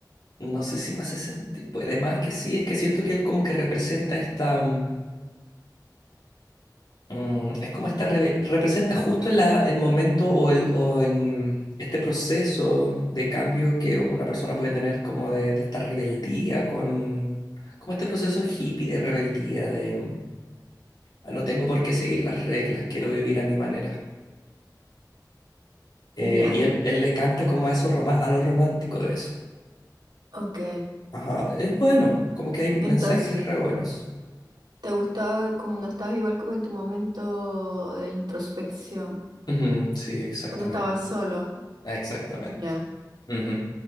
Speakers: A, on the left; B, on the right.
A: No sé si me hace sentir, pues además que sí, es que siento que él como que representa esta, mm, mm, es como esta, rebe- representa justo la- el momento o, el, o el, mm, este proceso de cambio que una persona puede tener como de, de esta rebeldía con, como este proceso hippie de rebeldía, de mm, "Ah, no tengo por qué seguir las reglas, quiero vivir a mi manera. Eh,
B: Ya,
A: y él, él le canta como a eso, roma- a lo romántico de eso.
B: ok.
A: Ajá, es bueno, como que hay mensajes
B: Entonces,
A: re buenos.
B: ¿te gustaba como no estabas igual como en tu momento de introspección?
A: Ujú, sí, exactamente.
B: Cuando estabas solo.
A: Exactamente.
B: Ya.
A: Ujú.